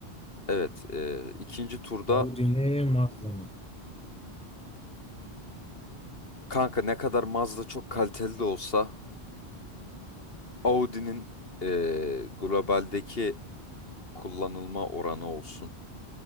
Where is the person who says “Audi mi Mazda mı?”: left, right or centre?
Centre